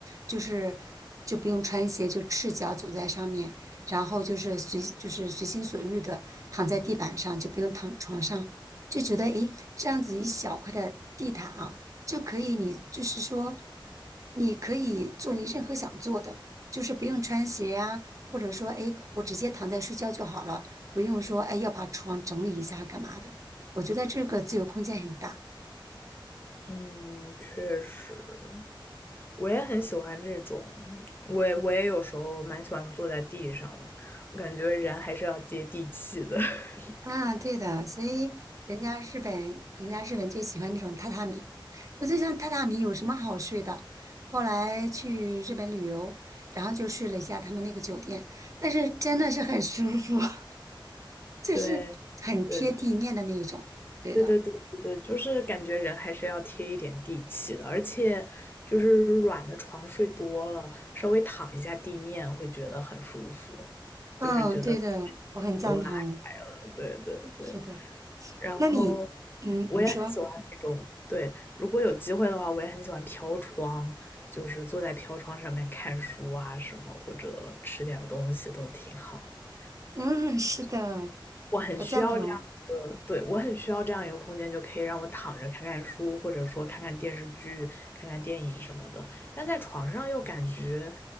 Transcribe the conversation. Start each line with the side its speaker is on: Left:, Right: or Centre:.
Right: 就是就不用穿鞋，就赤脚走在上面，然后就是随就是随心所欲的躺在地板上，就不用躺床上，就觉得诶这样子一小块的地毯啊。就可以你就是说，你可以做你任何想做的，就是不用穿鞋呀、或者说，哎，我直接躺在睡觉就好了，不用说，哎，要把床整理一下干嘛的。我觉得这个自由空间很大
Left: 嗯，确实，我也很喜欢这种，我也我也有时候蛮喜欢坐在地上的，我感觉人还是要接地气的。<laughs>
Right: 啊，对的，所以人家日本，人家日本就喜欢那种榻榻米。我就想榻榻米有什么好睡的？后来去日本旅游，然后就睡了一下他们那个酒店，但是真的是很舒服，<laughs> 就是很贴地面的那一种。
Left: 对对对
Right: 对的，
Left: 对对对对，就是感觉人还是要贴一点地气的，而且就是软的床睡多了，稍微躺一下地面会觉得很舒服，
Right: 嗯，
Left: 就是觉得
Right: 对的，我很赞同。
Left: <laughs> 都拉开了。对对对。
Right: 是的，
Left: 然后
Right: 那你，嗯，
Left: 我也很喜欢那种，
Right: 你说，
Left: 对，如果有机会的话，我也很喜欢飘窗，就是坐在飘窗上面看书啊什么，或者吃点儿东西都挺好的
Right: 嗯，是的，
Left: 我很需要这样一个，
Right: 我赞同。
Left: 对，我很需要这样一个空间，就可以让我躺着看看书，或者说看看电视剧、看看电影什么的。但在床上又感觉